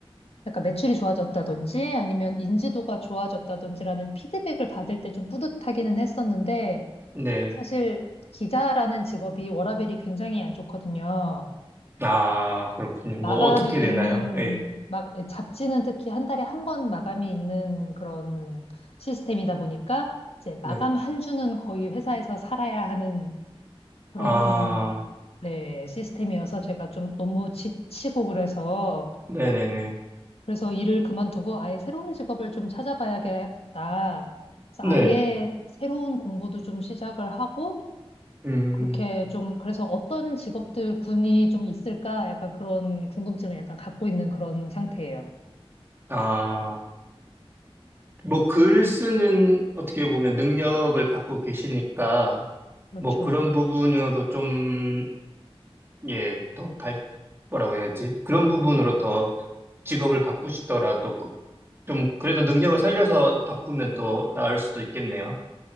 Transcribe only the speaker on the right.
네.
아, 그렇군요. 뭐
어떻게 되나요?
예.
네.
아,
네네네.
네.
음,
아. 뭐, 글 쓰는, 어떻게 보면 능력을 갖고 계시니까,
뭐 그런 부분으로 좀, 예, 더 발, 뭐라고 해야지? 그런 부분으로 더 직업을 바꾸시더라도 그- 좀 그래도 능력을 살려서 바꾸면 더 나을 수도 있겠네요.